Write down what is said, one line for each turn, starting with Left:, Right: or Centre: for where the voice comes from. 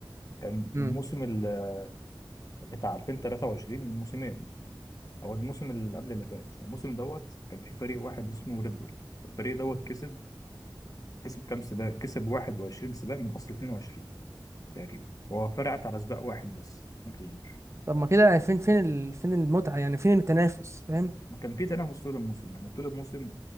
Left: كان الموسم
Right: امم
Left: ال- بتاع 2023 من موسمين او الموسم اللي قبل اللي فات يعني الموسم دوت كان في فريق واحد اسمه ريد بول الفريق دوت كسب كسب كام سباق كسب 21 سباق من اصل 22 تقريبا هو فرقت على سباق واحد بس ما كسبوش
Right: طب ما كده فين فين ال... فين المتعه يعني فين التنافس فاهم
Left: ما كان في تنافس طول الموسم يعني طول الموسم